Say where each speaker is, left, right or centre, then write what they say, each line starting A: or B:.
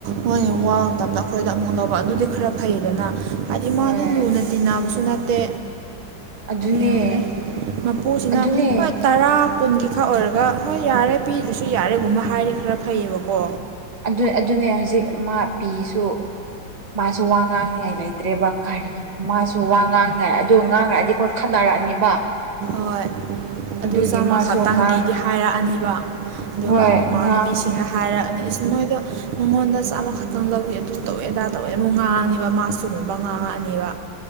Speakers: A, on the right; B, on the right.
A: ꯃꯣꯏꯅ ꯋꯥꯕ ꯃꯇꯝꯗ ꯑꯩꯈꯣꯏꯗ ꯑꯃꯨꯛ ꯂꯧꯕ ꯑꯗꯨꯗꯤ ꯈꯔ ꯐꯩꯗꯅ ꯍꯥꯏꯗꯤ
B: ꯍꯣꯏ
A: ꯃꯥꯗꯤ ꯂꯨꯅ ꯇꯤꯟꯅꯕꯁꯨ ꯅꯠꯇꯦ
B: ꯑꯗꯨꯅꯦ
A: ꯌꯦꯡꯉꯨꯅꯦ ꯃꯄꯨꯁꯤꯅ
B: ꯑꯗꯨꯅꯦ
A: ꯍꯣꯏ ꯇꯔꯥ ꯀꯨꯟꯒꯤ ꯈꯛ ꯑꯣꯏꯔꯒ ꯍꯣꯏ ꯌꯥꯔꯦ ꯄꯤꯗꯁꯨ ꯌꯥꯔꯦꯒꯨꯝꯕ ꯍꯥꯏꯔꯦ ꯈꯔ ꯐꯩꯌꯦꯕꯀꯣ
B: ꯑꯗꯨ ꯑꯗꯨꯅꯦ ꯍꯧꯖꯤꯛ ꯃꯥ ꯄꯤꯁꯨ ꯃꯥꯁꯨ ꯋꯥ ꯉꯥꯡꯅꯤꯡꯉꯥꯏ ꯂꯩꯇ꯭ꯔꯦꯕ ꯀꯔꯤ ꯃꯥꯁꯨ ꯋꯥ ꯉꯥꯡꯉꯦ ꯑꯗꯨ ꯉꯥꯡꯉꯛꯑꯗꯤ ꯑꯩꯈꯣꯏ ꯈꯠꯅꯔꯛꯑꯅꯤꯕ
A: ꯍꯣꯏ
B: ꯑꯗꯨꯒꯤ
A: ꯑꯗꯨ ꯆꯥꯝꯃ
B: ꯃꯥꯁꯨ
A: ꯈꯛꯇꯪꯒꯤꯗꯤ
B: ꯉꯥꯡ
A: ꯍꯥꯏꯔꯛꯑꯅꯦꯕ ꯑꯗꯨꯒ
B: ꯍꯣꯏ
A: ꯃꯃꯥꯅꯨꯕꯤꯁꯤꯡꯅ
B: ꯉꯥꯡ
A: ꯍꯥꯏꯔꯛꯑꯅꯤ ꯏꯁ ꯃꯣꯏꯗꯣ ꯅꯪꯉꯣꯟꯗ ꯆꯥꯝꯃ ꯈꯛꯇꯪ ꯂꯧꯏ ꯑꯗꯨ ꯇꯧꯋꯦ ꯑꯗꯥ ꯇꯧꯋꯦ ꯑꯃꯨꯛ ꯉꯥꯡꯉꯅꯤꯕ ꯃꯥꯁꯨ ꯇꯨꯡꯉꯕ ꯉꯥꯉꯛꯑꯅꯤꯕ